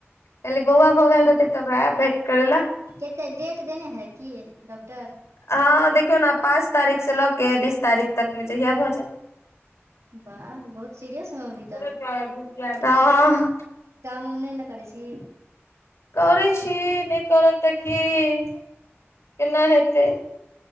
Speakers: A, on the left; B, on the right.
A: कलिऐ बौआ भ गेल रहतै त हमरा एब भेंट करै ले।
B: केते डेट देने है कि डॉक्टर?
A: हँ, देखियौ ने पाँच तारीख से लऽ के बीस तारीख तक में जहिया भऽ जे।
B: बाह, बहुत सीरिअस हाॅबी।
A: दूध पियेब-दूध पियेब? अहाँ।
B: काम-उम नै-न करै छी?
A: करै छी नै करब तऽ की-केना हेतै?